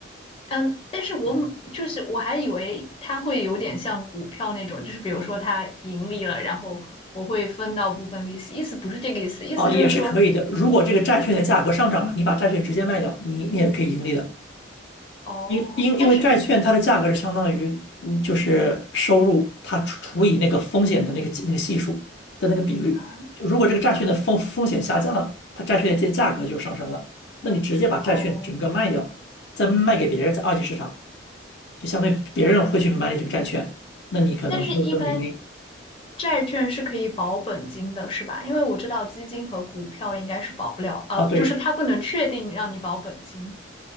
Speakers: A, on the left; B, on the left.
A: 嗯，但是我就是我还以为它会有点像股票那种，就是比如说它盈利了，然后我会分到部分利息，意思不是这个意思，意思就是说
B: 哦，也是可以的。如果这个债券的价格上涨了，你把债券直接卖掉，你你也可以盈利的。
A: 哦，
B: 因因因为债券它的价格是相当于，
A: 但是
B: 嗯，就是收入它除除以那个风险的那个那个系数的那个比率。
A: 啊
B: 就如果这个债券的风风险下降了，它债券的这价格就上升了。那你直接把债券整个卖掉，
A: 哦，
B: 再卖给别人，在二级市场，就相对别人会去买你这个债券，那你可能就能盈利
A: 但是一般债券是可以保本金的，是吧？因为我知道基金和股票应该是保不了，呃，
B: 啊。对，
A: 就是它不能确定让你保本金。